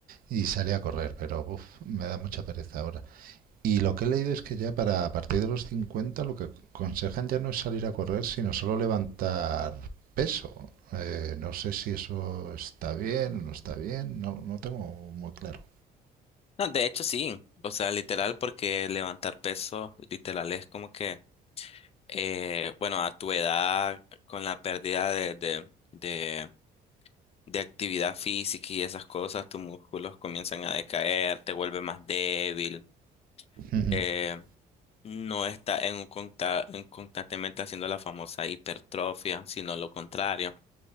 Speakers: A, on the right; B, on the left.
A: y salía a correr, pero uf, me da mucha pereza ahora. Y lo que he leído es que ya para a partir de los 50 lo que aconsejan ya no es salir a correr, sino solo levantar peso. Eh, no sé si eso está bien o no está bien, no, no tengo muy claro.
B: No, de hecho sí, o sea, literal, porque levantar peso, literal, es como que, eh, bueno, a tu edad, con la pérdida de, de, de, de actividad física y esas cosas, tus músculos comienzan a decaer, te vuelves más débil,
A: <laughs>
B: eh, no estás en un conta- en constantemente haciendo la famosa hipertrofia, sino lo contrario.